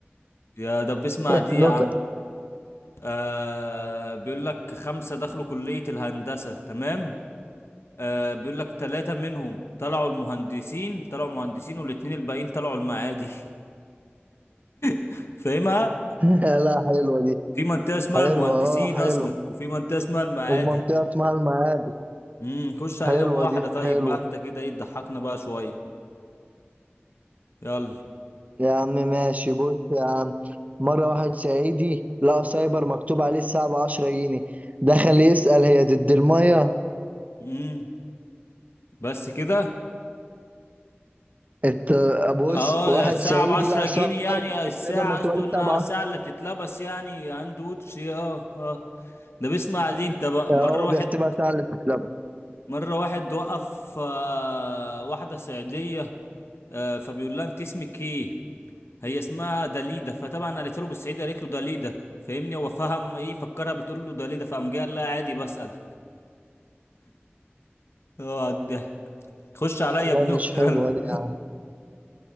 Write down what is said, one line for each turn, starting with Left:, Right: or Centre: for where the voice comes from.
Left: يا ده بيسمع
Right: <laughs>
Left: دي
Right: نكت
Left: يا عم آه بيقول لك خمسة دخلوا كلية الهندسة تمام آه بيقول لك ثلاثة منهم طلعوا المهندسين طلعوا مهندسين والاتنين الباقيين طلعوا المعادي <laughs> فاهمها
Right: <laughs> لا حلوة دي
Left: في منطقة اسمها
Right: حلوة
Left: المهندسين
Right: اه حلو
Left: أصلك وفي منطقة اسمها المعادي
Right: ومنطقة اسمها المعادي
Left: امم خش علينا
Right: حلوة
Left: بواحدة
Right: دي
Left: طيب
Right: حلوة
Left: بقى أنت كده إيه تضحكنا بقى شوية يلا
Right: يا عم ماشي بص يا عم مرة واحد صعيدي لقى سايبر مكتوب عليه الساعة بعشرة جنيه دخل يسأل هي ضد المية
Left: امم بس كده
Right: انت بص
Left: اه
Right: واحد
Left: الساعة
Right: صعيدي
Left: بعشرة
Right: لقى
Left: جنيه
Right: سايب
Left: يعني الساعة
Right: سايبر مكتوب
Left: قصده
Right: عليه
Left: إنها
Right: الساعة بعشرة
Left: الساعة اللي بتتلبس يعني هاند ووتش اه اه ده بيسمع عليه أنت بقى مرة
Right: هو
Left: واحد
Right: بيحسبها ساعة اللي بتتلعب
Left: مرة واحد وقف آه واحدة صعيدية آه فبيقول لها أنت اسمك إيه؟ هي اسمها داليدا فطبعا قالت له بالصعيدي قالت له داليدا فاهمني هو فهم ايه فكرها بتقول له داليدا فقام جاي قال لها عادي بسأل هو على الضحك خش عليا
Right: لا
Left: بنكتة
Right: مش حلوة
Left: يلا
Right: دي يعني